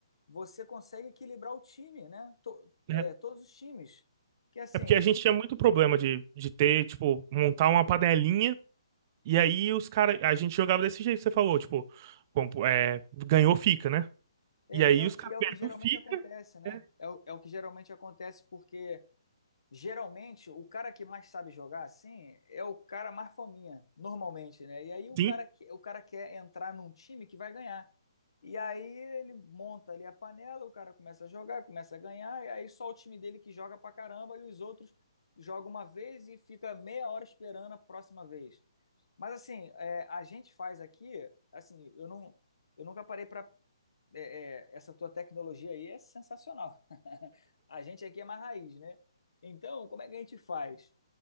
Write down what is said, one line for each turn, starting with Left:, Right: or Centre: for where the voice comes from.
Left: você consegue equilibrar o time, né? To-
Right: né?
Left: é, todos os times. Que assim,
Right: É porque a gente tinha muito problema de, de ter, tipo, montar uma panelinha e aí os caras. A gente jogava desse jeito que você falou, tipo, compo- é, ganhou, fica, né?
Left: é,
Right: E aí
Left: e, é o,
Right: os
Left: que-
Right: caras
Left: e é o
Right: ganham,
Left: que geralmente
Right: fica.
Left: acontece, né?
Right: é,
Left: É o, é o que geralmente acontece porque. Geralmente, o cara que mais sabe jogar assim é o cara mais fominha, normalmente, né? E aí o
Right: sim,
Left: cara, que- o cara quer entrar num time que vai ganhar. E aí ele monta ali a panela, o cara começa a jogar, começa a ganhar, e aí só o time dele que joga pra caramba e os outros jogam uma vez e fica meia hora esperando a próxima vez. Mas assim, é, a gente faz aqui, assim, eu não, eu nunca parei para é, é, essa tua tecnologia aí é sensacional. <laughs> A gente aqui é mais raiz, né? Então, como é que a gente faz?